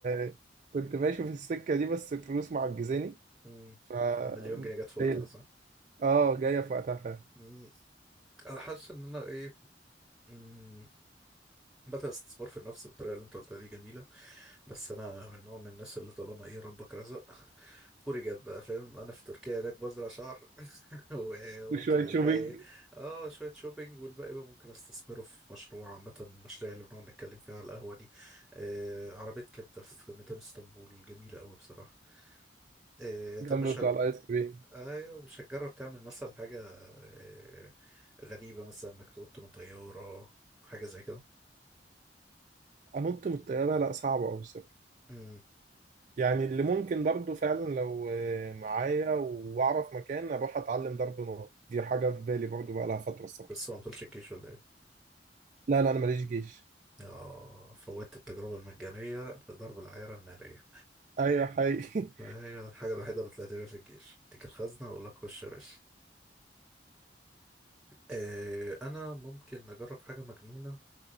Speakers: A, on the right (about 45°); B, in the centre.
A: آه، كنت ماشي في السكة دي بس الفلوس معجزاني
B: أمم،
A: ف
B: <laughs> فالمليون جنيه جت في وقتها
A: شايل
B: صح؟
A: آه جاية في وقتها فعلا
B: مم. انا حاسس ان انا ايه مم. بدأ الاستثمار في النفس بالطريقه اللي انت قلتها دي جميله بس انا من نوع من الناس اللي طالما ايه ربك رزق <laughs> فوري جت بقى فاهم انا في تركيا هناك بزرع شعر <laughs> وممكن
A: وشوية
B: الباقي
A: شوبينج
B: ايه اه شوية شوبينج والباقي بقى ممكن استثمره في مشروع عامة من المشاريع اللي بنقعد نتكلم فيها على القهوة دي آه عربية كبدة في ميدان اسطنبول جميلة أوي بصراحة آه طب
A: جنب
B: مش هج...
A: بتوع الآيس كريم
B: ايوه مش هتجرب تعمل مثلا حاجة آه غريبة مثلا انك تنط من طيارة حاجة زي كده
A: أنط من الطيارة لا صعبة أوي الصراحة.
B: امم
A: يعني اللي ممكن برضو فعلا لو آه، معايا واعرف مكان اروح اتعلم ضرب نار دي حاجه في بالي برضو بقى لها فتره الصراحه
B: بس هو ما دخلش الجيش ولا ايه؟
A: لا لا انا ماليش جيش
B: اه فوتت التجربة المجانية لضرب العيارة النارية
A: ايوه حقيقي
B: آه، هي الحاجة الوحيدة اللي طلعت بيها في الجيش اديك الخزنة اقول لك خش يا باشا آه، انا ممكن اجرب حاجه مجنونه